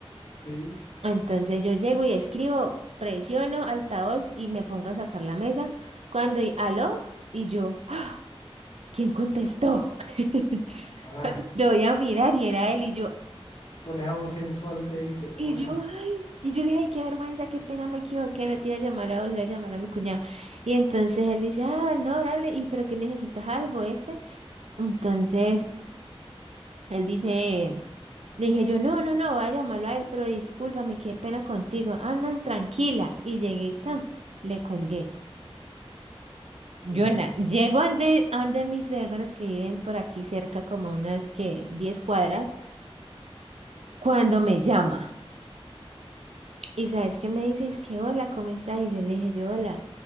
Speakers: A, on the left (about 85°); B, on the right (about 90°).
A: sí.
B: entonces yo llego y escribo, presiono altavoz y me pongo a sacar la mesa. Cuando, y- aló, y yo, ¡ah! ¿quién contestó? <laughs>
A: Ah,
B: Doy a mirar y era él y yo,
A: con esa voz sensual te dice,
B: y
A: hola.
B: yo, ay, y yo le dije, ay, qué vergüenza, qué pena, me equivoqué, no te iba a llamar a vos, iba a llamar a mi cuñado. Y entonces él dice, ah, no, dale, y pero que necesitas algo este. Entonces Él dice, le dije yo, no, no, no, voy a llamarlo a él, pero discúlpame, qué pena contigo. Ah, no, tranquila. Y llegué y tan, le colgué.
A: Sí.
B: Yona, llego ande, ande mis suegros que viven por aquí cerca, como unas que 10 cuadras, cuando me llama. Y sabes qué me dice, es que hola, ¿cómo estás? Y yo le dije yo, hola.